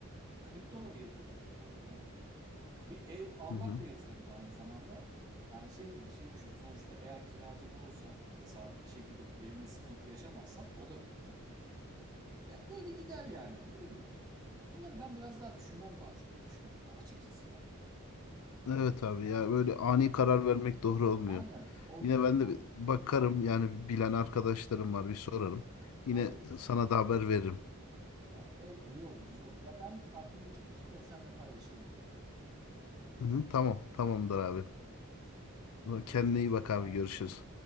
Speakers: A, on the right; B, on the left.
A: Kripto da bir yatırımdır bu arada. Bir ev almak
B: hı.
A: da yatırımdır aynı zamanda. Yani şeydir, şey düşün. Sonuçta eğer kiracı bulursan ve sabit bir şekilde evinde sıkıntı yaşamazsan o da bir yatırımdır. Ben böyle gider yani. Ne bileyim. Bunları ben biraz daha düşünmem lazım diye düşünüyorum açıkçası ya.
B: Evet abi ya böyle ani karar vermek doğru olmuyor.
A: Aynen. Olmuyor.
B: Yine ben
A: Olmuyor.
B: de bir bakarım yani bilen arkadaşlarım var bir sorarım. Yine
A: Olur.
B: sana da haber veririm.
A: Ya e- iyi olur, güzel olur. Ya ben de aklımdaki fikirleri seninle paylaşırım yine.
B: Hı hı, tamam tamamdır abi.
A: Görüşürüz
B: Kendine iyi bak
A: Gökay.
B: abi görüşürüz.